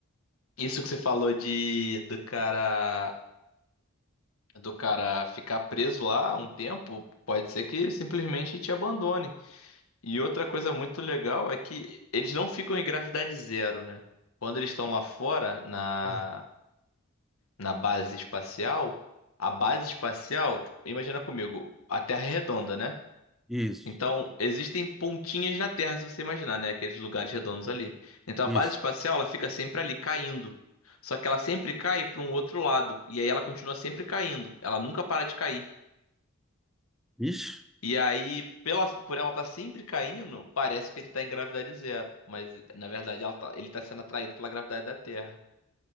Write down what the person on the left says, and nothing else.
Isso que você falou de do cara do cara ficar preso lá um tempo, pode ser que ele simplesmente te abandone. E outra coisa muito legal é que eles não ficam em gravidade zero, né? Quando eles estão lá fora, na,
na base espacial, a base espacial, tipo, imagina comigo, a Terra é redonda, né?
Então, existem pontinhas na Terra, se você imaginar, né? Aqueles lugares redondos ali. Então,
a base espacial, ela fica sempre ali, caindo. Só que ela sempre cai para um outro lado. E aí ela continua sempre caindo. Ela nunca para de cair.
E aí, pela, por ela estar sempre caindo, parece que ele está em gravidade zero. Mas, na verdade, ela tá- ele está sendo atraído pela gravidade da Terra.